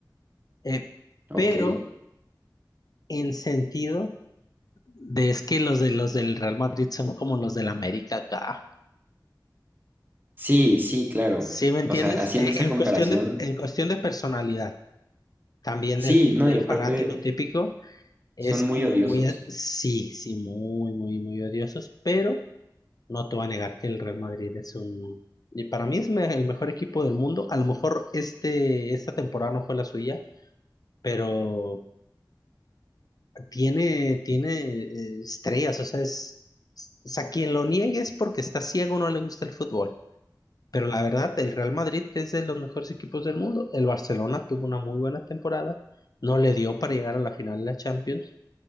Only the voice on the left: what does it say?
eh,
pero en sentido. de es que los de los del Real Madrid son como los del América acá.
¿Sí me entiendes?
En,
en
cuestión de, en cuestión de personalidad, también
del,
del
fanático típico, es
como
muy, sí, sí, muy, muy, muy odiosos, pero no te voy a negar que el Real Madrid es un, y para mí es me- el mejor equipo del mundo. A lo mejor este, esta temporada no fue la suya, pero tiene, tiene eh, estrellas, o sea, es, o sea, quien lo niegue es porque está ciego o no le gusta el fútbol. Pero la verdad, el Real Madrid es de los mejores equipos del mundo. El Barcelona tuvo una muy buena temporada, no le dio para llegar a la final de la Champions